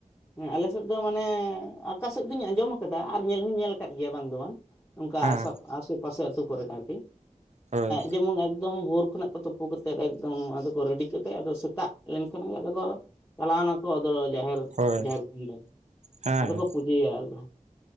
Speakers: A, on the left; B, on the right.
A: ᱦᱮᱸ ᱟᱞᱮᱥᱮᱫ ᱫᱚ ᱢᱟᱱᱮ, ᱟᱠᱟ ᱥᱮᱫ ᱫᱚᱧ ᱟᱸᱡᱚᱢ ᱟᱠᱟᱫᱟ ᱟᱨ ᱧᱮᱞ ᱦᱚᱧ ᱧᱮᱞ ᱟᱠᱟᱫ ᱜᱮᱭᱟ ᱵᱟᱝ ᱫᱚ ᱵᱟᱝ ᱚᱝᱠᱟ
B: ᱦᱮᱸ
A: ᱟᱥᱚ ᱟᱥᱮ ᱯᱟᱥᱮ ᱟᱹᱛᱩᱳ ᱠᱚᱨᱮ ᱟᱨᱠᱤ,
B: ᱦᱳᱭ
A: ᱡᱮᱢᱚᱱ ᱮᱠᱫᱚᱢ ᱵᱷᱳᱨ ᱠᱷᱚᱱᱟᱜ ᱛᱳᱯᱳ ᱠᱟᱛᱮᱫ ᱮᱠᱫᱚᱢ ᱟᱫᱚ ᱠᱚ ᱨᱮᱰᱤ ᱠᱟᱛᱮ ᱟᱫᱚ ᱥᱮᱛᱟᱜ ᱞᱮᱱᱠᱷᱟᱱ ᱜᱮ ᱟᱫᱚ ᱠᱚ ᱪᱟᱞᱟᱣ ᱱᱟᱠᱚ ᱟᱫᱚ ᱡᱟᱦᱮᱨ
B: ᱦᱳᱭ
A: ᱡᱟᱦᱮᱨ ᱛᱷᱟᱱ ᱨᱮ
B: ᱦᱮᱸ
A: ᱟᱫᱚ ᱠᱚ ᱯᱩᱡᱟᱹᱭᱟ ᱟᱞᱮᱥᱮᱜ ᱦᱚᱸ